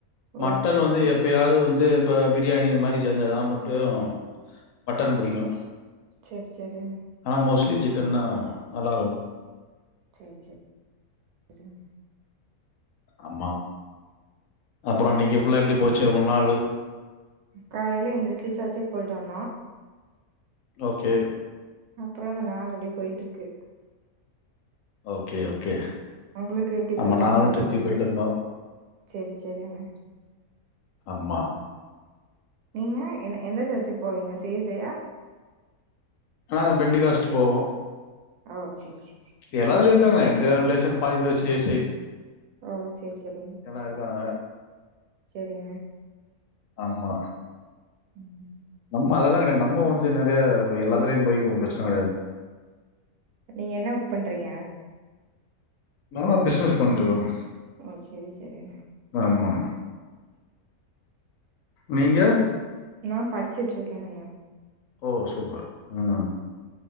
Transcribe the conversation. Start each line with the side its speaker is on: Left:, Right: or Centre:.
Right: ஓ
Left: மட்டன்
Right: சேரி
Left: வந்து எப்பயாவது வந்து இப்ப பிரியாணி இந்த மாரி செஞ்சாதா ப டியு மட்டன் புடிக்கு
Right: செர் செரியண்ணே
Left: ஆனா மோஸ்ட்லி சிக்கன்னா நல்லாருக்கு
Right: சேர் சேர் <unintelligible>
Left: ஆமா அப்பறோ இன்னிக்கி ஃபுல்லா எப்டி போச்சு முழு நாளு
Right: காலேல எந்துருச்சு சர்ச்சுக்கு போயிட்டு வந்தோ
Left: ஓகே
Right: அப்பறோ இந்த நாள் அப்டியே போயிட்ருக்கு
Left: ஓகே ஓகே
Right: ஒங்ளுக்கு எப்டி
Left: ஆமா
Right: போய்ட்ருக்கு
Left: நாங்களும் சர்ச்சுக்கு
Right: இன்னக்கி
Left: போயிட்டு வந்தோம்.
Right: சேர் சேரியண்ணே
Left: ஆமா
Right: நீங்க என்ன எந்த சர்ச்சுக்கு போவீங்க சேசையா
Left: நாங்க பெண்டிகாஸ்ட்டு போவோ
Right: அ சேரி சே
Left: எல்லாதுலேயு இருக்காங்க எங்க ரிலேஷன் பாதி பேரு சி எஸ் ஐ
Right: ஓ சேரி சேரிங்
Left: எல்லா இருக்காங்க
Right: சேரிங்க
Left: ஆமா
Right: <unintelligible>
Left: நம்ம அதெல்லா கெடையாது நம்ம வந்து நெறைய எல்லாதுலேயு போயிக்கு உ பிரச்சன கெடையா
Right: நீங்க என்ன ஒர்க் பண்றீங்க
Left: நாம பிஸ்னஸ் பண்றுக்கோங்
Right: ஓகே சேரிண்ணே
Left: ஆமா நீங்க
Right: நா படிச்சிட்ருக்கே அண்ணா
Left: ஓ சூப்பர் ம்